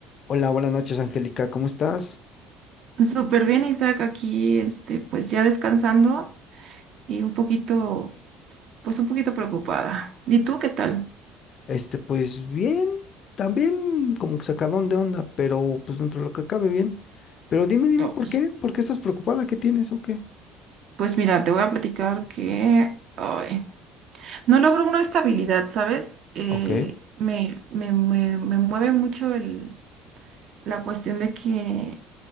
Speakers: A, on the left (about 50°); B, on the right (about 60°).
A: Hola, buenas noches, Angélica, ¿cómo estás?
B: Súper bien, Isaac, aquí, este, pues ya descansando y un poquito, pues un poquito preocupada. ¿Y tú qué tal?
A: Este, pues bien, también como que sacadón de onda, pero pues dentro de lo que cabe bien. Pero dime, dime,
B: Oh.
A: ¿por qué? ¿Por qué estás preocupada? ¿Qué tienes o qué?
B: Pues mira, te voy a platicar que ay, no logro una estabilidad, ¿sabes? Eh,
A: Ok,
B: me, me, me- me mueve mucho el, la cuestión de que